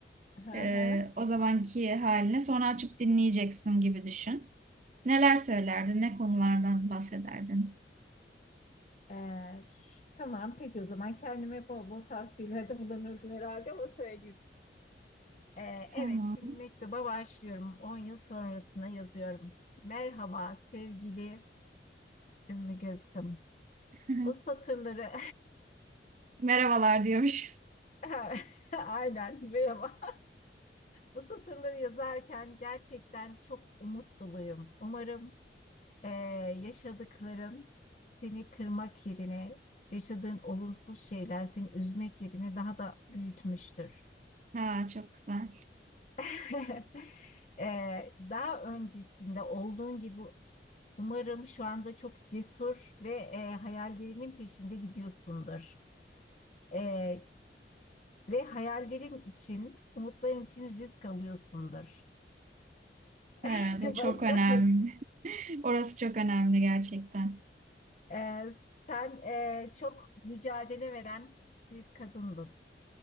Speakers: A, on the left (about 40°); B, on the right (about 40°).
A: Hı
B: E,
A: hı.
B: o zamanki haline sonra açıp dinleyeceksin gibi düşün. Neler söylerdin? Ne konulardan bahsederdin?
A: Ee, ş- tamam peki o zaman kendime bol bol tavsiyelerde <laughs> bulunurdum herhalde ama söyleyeyim. Ee,
B: Tamam.
A: evet şimdi mektuba başlıyorum. 10 yıl sonrasına yazıyorum. Merhaba sevgili Ümmü Gülsüm.
B: <laughs>
A: Bu satırları
B: Merhabalar diyormuş.
A: <laughs> aynen merhaba. Bu satırları yazarken gerçekten çok umut doluyum. Umarım e, yaşadıkların seni kırmak yerine yaşadığın olumsuz şeyler seni üzmek yerine daha da büyütmüştür.
B: Ha, çok güzel.
A: <laughs> E, daha öncesinde olduğun gibi umarım şu anda çok cesur ve e, hayallerinin peşinde gidiyorsundur. E, ve hayallerin için, umutların için risk alıyorsundur.
B: Evet,
A: <laughs>
B: o çok
A: Başka
B: önemli. <laughs> Orası çok önemli gerçekten.
A: e, sen e, çok mücadele veren bir kadındın.